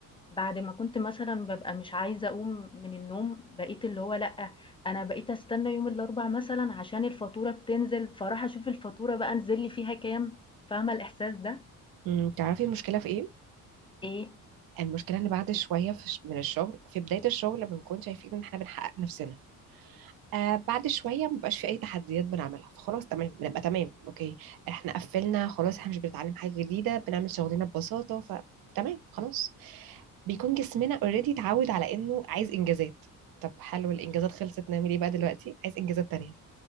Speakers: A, on the left; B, on the right.
A: بعد ما كنت مثلًا بابقى مش عايزة أقوم من النوم، بقيت اللي هو لأ، أنا بقيت أستنى يوم الأربع مثلًا عشان الفاتورة بتنزل، فاروح أشوف الفاتورة بقى نزل لي فيها كام، فاهمة الإحساس ده؟
B: امم تعرفي المشكلة في إيه؟
A: إيه،
B: المشكلة إن بعد شوية في ش- من الشغل في بداية الشغل بنكون شايفين إن إحنا بنحقق نفسنا آه بعد شويه مبقاش في اي تحديات بنعملها فخلاص تمام بنبقى تمام اوكي احنا قفلنا خلاص احنا مش بنتعلم حاجه جديده بنعمل شغلنا ببساطه فتمام خلاص بيكون جسمنا اوريدي اتعود على انه عايز انجازات طب حلو الانجازات خلصت نعمل ايه بقى دلوقتي عايز انجازات تانية